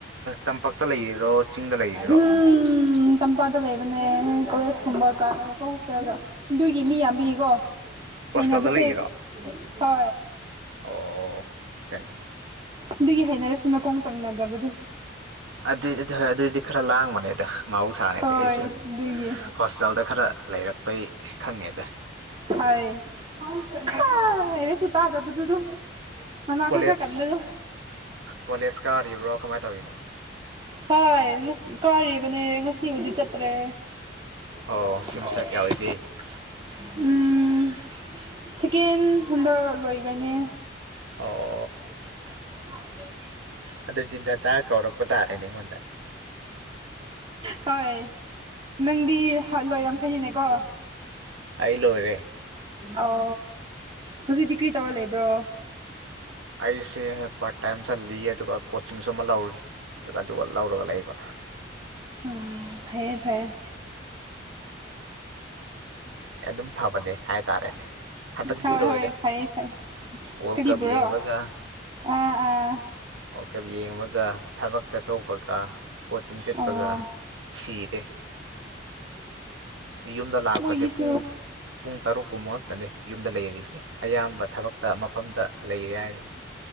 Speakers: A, on the right; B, on the right.
A: ꯇꯝꯄꯥꯛꯇ ꯂꯩꯔꯤꯔꯣ ꯆꯤꯡꯗ ꯂꯩꯔꯤꯔꯣ
B: ꯎꯝ ꯇꯥꯝꯄꯥꯗ ꯂꯩꯕꯅꯦ ꯀꯣꯂꯦꯖꯀꯨꯝꯕ ꯀꯥꯔꯒꯀꯣ ꯍꯣꯁꯇꯦꯜꯒ ꯑꯗꯨꯒꯤ ꯃꯤ ꯌꯥꯝꯕꯤꯌꯦꯀꯣ
A: ꯍꯣꯁꯇꯦꯜꯗ
B: ꯍꯦꯅ ꯄꯁꯦ
A: ꯂꯩꯔꯤꯔꯣ
B: ꯍ
A: ꯑꯣ ꯆꯪ
B: ꯑꯗꯨꯒꯤ ꯍꯩꯅꯔꯁꯨ ꯅꯀꯣꯡ ꯆꯪꯅꯗꯕꯗꯨ
A: ꯑꯗꯨꯏꯗꯤ ꯍꯣꯏ ꯑꯗꯨꯏꯗꯤ ꯈꯔ ꯂꯥꯡꯕꯅꯦꯗ ꯃꯍꯧꯁꯥꯅꯦꯗꯤ
B: ꯍꯣꯏ
A: ꯑꯩꯁꯨ
B: ꯑꯗꯨꯒꯤ
A: ꯍꯣꯁꯇꯦꯜꯗ ꯈꯔ ꯂꯩꯔꯛꯄꯩ ꯈꯪꯉꯦꯗ
B: ꯍꯅꯦ ꯁꯨ ꯇꯗꯗꯨ ꯇꯨ ꯃꯅꯅꯥꯈꯣꯏ
A: ꯀꯣꯂꯦꯖ
B: ꯀꯌꯥ ꯀꯗꯗꯣ
A: ꯀꯣꯂꯦꯖ ꯀꯥꯔꯤꯕ꯭ꯔꯣ ꯀꯃꯥꯏ ꯇꯧꯔꯤꯅꯣ
B: ꯍꯥꯏ ꯉꯁꯤ ꯀꯥꯔꯤꯕꯅꯦ ꯉꯁꯤꯕꯨꯗꯤ ꯆꯠꯇ꯭ꯔꯦ
A: ꯑꯣ
B: <unintelligible>
A: ꯁꯤꯃꯤꯁꯇꯔ ꯀꯌꯥ ꯑꯣꯏꯒꯦ
B: ꯎꯝ ꯁꯦꯀꯦꯟ ꯍꯟꯗ ꯂꯣꯏꯈ꯭ꯔꯅꯦ
A: ꯑꯣ
B: <inaudible>
A: ꯑꯗꯨꯗꯤ ꯗꯗꯥ ꯀꯧꯔꯛꯄ ꯇꯥꯔꯦꯅꯦ ꯑꯩꯉꯣꯟꯗ
B: ꯍꯣꯏ ꯅꯪꯗꯤ ꯂꯣꯏꯔꯝꯈꯩꯅꯤꯅꯦꯀꯣ
A: ꯑꯂꯣꯔꯦ
B: ꯑꯣ ꯍꯧꯖꯤꯛꯇꯤ ꯀ꯭ꯔꯤ ꯇꯧꯔ ꯂꯩꯕ꯭ꯔꯣ
A: ꯑꯩꯁꯦ ꯄꯥꯔꯠ ꯇꯥꯏꯝ ꯆꯠꯂꯤ ꯑꯗꯨꯒ ꯀꯣꯆꯤꯡꯁꯨ ꯑꯃ ꯂꯧꯔꯤ ꯑꯗꯨꯒ ꯂꯧꯔꯒ ꯂꯩꯕ
B: ꯑꯣ ꯐꯔꯦ ꯐꯔꯦ
A: ꯑꯗꯨꯝ ꯐꯕꯅꯦ ꯍꯥꯏꯇꯥꯔꯦꯅꯦ ꯍꯟꯗꯛꯇꯤ
B: ꯍꯣꯏ
A: ꯂꯣꯏꯔꯦ
B: ꯍꯣꯏ ꯐꯩꯌꯦ ꯐꯩꯌꯦ
A: ꯋꯥꯔꯜ
B: ꯀꯔꯤꯕꯨꯔꯣ
A: ꯀꯞ ꯌꯦꯡꯂꯒ
B: ꯑꯥ ꯑꯥ
A: ꯑꯣꯀ ꯌꯦꯡꯉꯒ ꯊꯕꯛ ꯆꯠꯊꯣꯛꯄꯒ ꯀꯣꯆꯤꯡ ꯆꯠꯄꯒ
B: ꯑꯣ
A: ꯁꯤꯔꯦ ꯌꯨꯝꯗ ꯂꯥꯛꯄꯁꯦ
B: ꯃꯣꯏꯣꯏꯒꯤ
A: ꯄꯨꯡ ꯄꯨꯡ ꯇꯔꯨꯛ ꯀꯨꯃ ꯉꯛꯇꯅꯦ ꯌꯨꯝꯗ ꯂꯩꯔꯤꯁꯦ ꯑꯌꯥꯝꯕ ꯊꯕꯛꯇ ꯃꯐꯝꯗ ꯂꯩꯔꯦ ꯍꯥꯏꯔꯤꯅꯦ